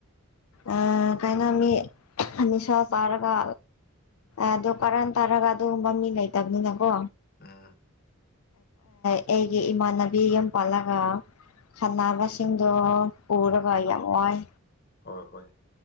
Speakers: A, on the left; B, on the left.
A: ꯑ ꯀꯥꯏꯅꯃꯤ ꯃꯤꯁ ꯆꯔꯒ ꯑꯗꯨ ꯀꯔꯟ ꯇꯥꯔꯒ ꯑꯗꯨꯒꯨꯝꯕ ꯃꯤ ꯂꯩꯇꯕꯅꯤꯅꯀꯣ
B: ꯎꯝ
A: ꯑꯩꯒꯤ ꯏꯃꯥꯟꯅꯕꯤ ꯑꯃ ꯄꯜꯂꯒ ꯈꯥꯟꯅꯕꯁꯤꯡꯗꯣ ꯀꯔ
B: ꯎꯝ
A: ꯄꯃꯣꯥꯏ
B: ꯍꯣꯏ ꯍꯣꯏ